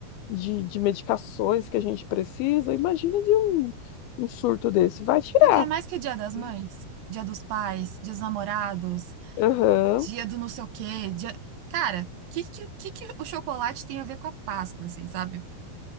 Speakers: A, on the left; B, on the right.
A: de, de medicações que a gente precisa, imagina de um, um surto desse. Vai tirar.
B: Você quer mais que Dia das
A: Uhum.
B: Mães? Dia dos Pais, Dia dos Namorados,
A: Aham,
B: Dia do não sei o quê, dia... Cara, o que, que, que que o chocolate tem a ver com a Páscoa, assim, sabe?